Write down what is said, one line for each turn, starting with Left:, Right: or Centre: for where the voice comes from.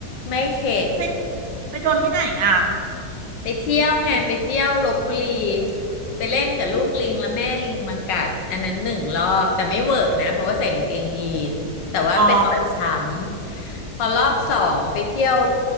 Left: ไม่เข็ด
Right: ไปไปโดนที่ไหนอ่ะ
Left: ไปเที่ยวไงไปเที่ยวลพบุรีไปเล่นกับลูกลิงแล้วแม่ลิงมากัดอันนั้นหนึ่งรอบแต่ไม่เวอะนะเพราะว่าใส่กางเกงยีนแต่ว่าเป็นรอยช้
Right: อ๋อ
Left: ำพอรอบสองไปเที่ยว